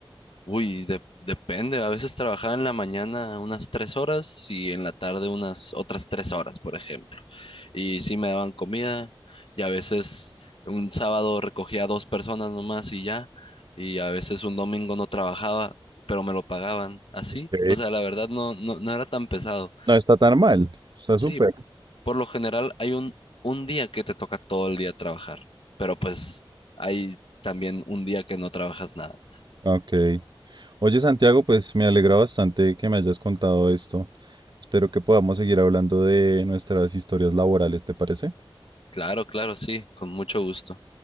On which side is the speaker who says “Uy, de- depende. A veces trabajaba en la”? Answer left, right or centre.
Left